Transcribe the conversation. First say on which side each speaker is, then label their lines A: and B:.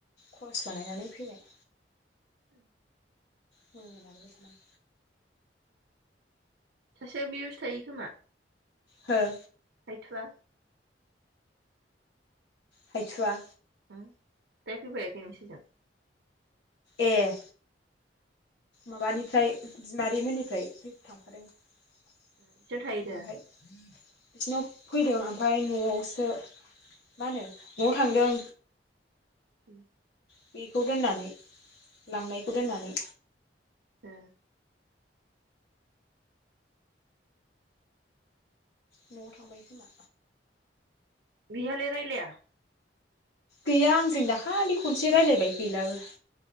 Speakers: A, on the left; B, on the right.
A: खरस बानायनानै फैबाय
B: ओं
A: मोनाबोलै बिसिनाव
B: सासेया बेयावसो थायो खोमा
A: हो
B: हायथुआ
A: हायथुवा
B: उम दा फैफायाखै नोंसिजों
A: ए माबानिफ्राय बिमादै मोननिफ्रायफै थांफादों ओमफाय
B: बिसिनाव थायो दा
A: बिसिनाव फैदों ओमफाय न'आवसो मा होनो न'आव थांदों।
B: उम
A: बेखौ दोननानै लांनायखौ दोननानै
B: ओ
A: न'आव थांबाय खोमा
B: बिहालाय रायलाया
A: गैया आंजों दाखालि खनसे रायलायबाय गैलाबो